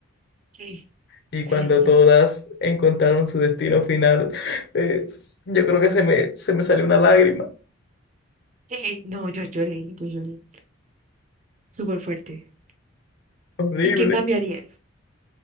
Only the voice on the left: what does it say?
Y cuando
todas encontraron su destino final, <laughs> eh, s- yo creo que se me, se me salió una lágrima.
Horrible.